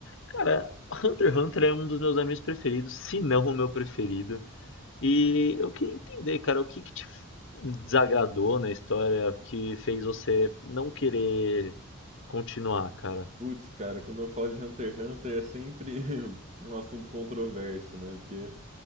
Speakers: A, on the left (about 55°); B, on the right (about 30°).
A: Cara, Hunter x Hunter é um dos meus animes preferidos, se não o meu preferido. E eu queria entender, cara, o que que te desagradou na história que fez você não querer continuar, cara?
B: Putz, cara, quando eu falo de Hunter x Hunter é sempre <laughs> um assunto controverso, né? Porque